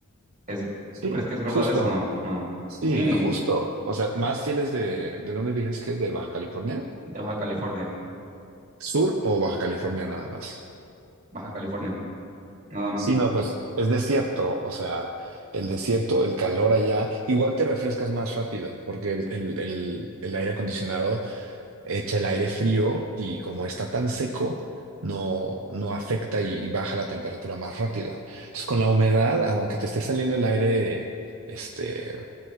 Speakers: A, on the right (about 35°); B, on the right (about 65°).
A: Es,
B: Sí,
A: ¿tú crees que es verdad
B: justo,
A: eso? No.
B: sí,
A: Sí,
B: justo. O sea, más si él es de, ¿de dónde dices que es? ¿De Baja California?
A: de Baja California.
B: ¿Sur o Baja California nada más?
A: Baja California, nada más.
B: Sí, no, pues es desierto, o sea, el desierto, el calor allá, igual te refrescas más rápido, porque el, el- el- el aire acondicionado echa el aire frío y como está tan seco, no, no afecta y baja la temperatura más rápido. Entonces, con la humedad, aunque te esté saliendo el aire este,